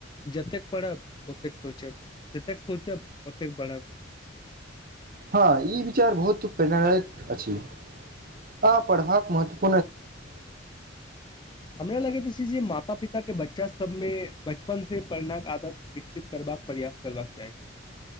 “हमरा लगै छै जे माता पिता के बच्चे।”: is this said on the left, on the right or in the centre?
Left